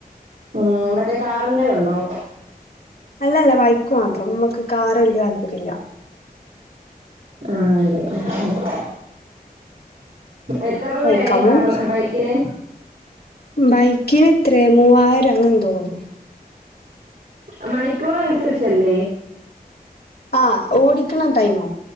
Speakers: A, on the right (about 70°); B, on the left (about 80°).
A: ഉം മറ്റേ കാറിന്റെ ഉണ്ടോ
B: അല്ലല്ല ബൈക്ക് മാത്രം നമുക്ക് കാറ് വല്യ താല്പര്യം ഇല്ല
A: ആഹ് നല്ലഹ് എത്ര രൂപായി
B: ബൈക്കാവുമ്പം
A: കാറ് ബൈക്കിന്
B: ബൈക്കിന് എത്രേ മൂവായിരം അങ്ങനെ തോന്നുന്നു
A: ആ മണിക്കൂർ അനുസരിച്ചല്ലേ
B: ആഹ് ഓടിക്കണ ടൈമോ